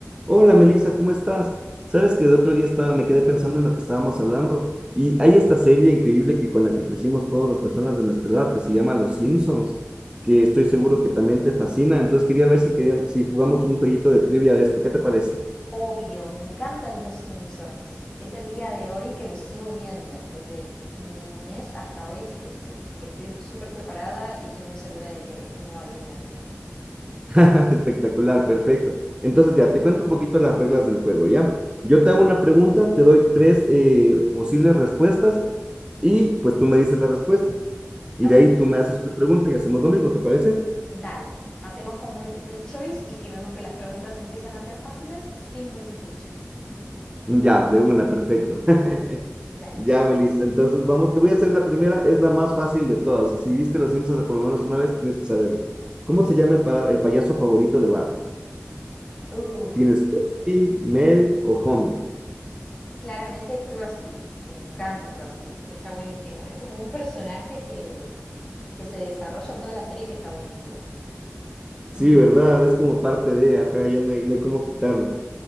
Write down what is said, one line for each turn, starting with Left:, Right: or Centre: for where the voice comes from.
Right: Hola Melissa, ¿cómo estás? Sabes que el otro día estaba, me quedé pensando en lo que estábamos hablando y hay esta serie increíble que con la que crecimos todas las personas de nuestra edad que se llama Los Simpsons, que estoy seguro que también te fascina. Entonces quería ver si queríamos, si jugamos un jueguito de trivia de esto. ¿Qué te parece?
Left: Obvio, me encantan Los Simpsons. Es el día de hoy que los sigo viendo, desde mi niñez hasta hoy, así que sí, estoy súper preparada y estoy muy segura de que me va a ir bien.
Right: <laughs> Espectacular, perfecto. Entonces ya te cuento un poquito las reglas del juego, ¿ya? Yo te hago una pregunta, te doy tres eh, posibles respuestas y pues tú me dices la respuesta. Y
Left: Ok,
Right: de ahí tú me haces una pregunta y hacemos lo mismo, ¿te parece?
Left: dale. Hacemos con multiple choice y si vemos que las preguntas empiezan a ser fáciles, sin multiple choice.
Right: Ya, de una, perfecto. <laughs>
Left: Dale.
Right: Ya, Melissa. Entonces, vamos, te voy a hacer la primera, es la más fácil de todas. O sea, si viste Los Simpsons por lo menos una vez, tienes que saberlo. ¿Cómo se llama el, pa- el payaso favorito de Bart?
Left: Uh,
Right: ¿Tienes Krusty, Mel o Homer?
Left: claramente Krusty. Me encanta Krusty. Está buenísimo. Es como un personaje que, que se desarrolla en toda la serie que está buenísimo.
Right: Sí,
Left: Mm,
Right: ¿verdad? Es como parte de, ajá, ya no hay, no hay cómo quitarlo.